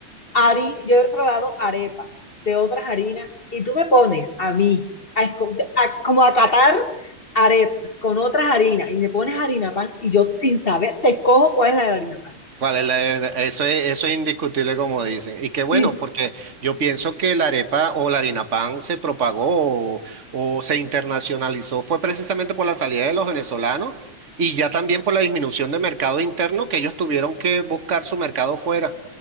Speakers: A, on the left (about 30°); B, on the right (about 65°).
A: Hari- yo he probado arepas de otras harinas y tú me pones a mí, a esco- a- como a catar arepas con otras harinas y me pones harina pan y yo sin saber te cojo cuál es la de harina pan.
B: ¿Cuál es la eso es, eso es indiscutible como dicen. Y qué bueno,
A: Sí,
B: porque yo pienso que la arepa o la harina pan se propagó o, o se internacionalizó fue precisamente por la salida de los venezolanos y ya también por la disminución de mercado interno que ellos tuvieron que buscar su mercado fuera.